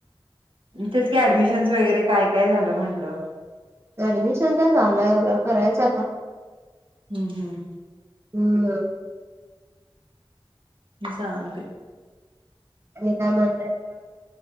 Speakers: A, on the right; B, on the right.
A: तेच का ऍडमिशन्स वगैरे काय काय झालं म्हटलं.
B: ऍडमिशन तर झालय बघा करायच आता.
A: हम्म हम्.
B: हम्म.
A: चालते
B: आणि काय म्हणतय